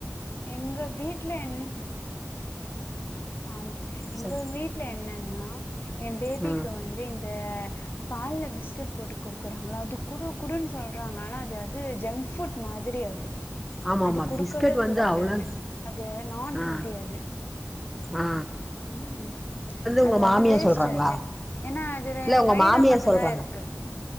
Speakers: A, on the left (about 45°); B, in the centre.
A: எங்க வீ ட்ல என்ன ஆமா எங்க
B: சரி
A: வீட்ல என்னன்னா ஏன் பேபிக்கு
B: ஆ
A: வந்து இந்த பால்ல பிஸ்கட் போட்டு குடுக்குறாங்கல்ல அது குடு குடுன்னு சொல்றாங்க ஆனா அது அது ஜங்க் ஃபுட் மாதிரி அது
B: ஆமா
A: அது
B: ஆமா
A: குடுக்கவே
B: பிஸ்கட் வந்து
A: கூடாது
B: அவ்ளோ
A: அது அது நான்
B: ஆ
A: ஹெல்தி அது
B: ஆ
A: ம் அது
B: உங்க
A: வந்து
B: மாமியா
A: வேஸ்ட்டு
B: சொல்றாங்களா
A: அது ஏன்னா அதுல
B: இல்ல உங்க
A: மைதா
B: மாமியா
A: மட்டும்தான்
B: சொல்றாங்களா?
A: இருக்கு.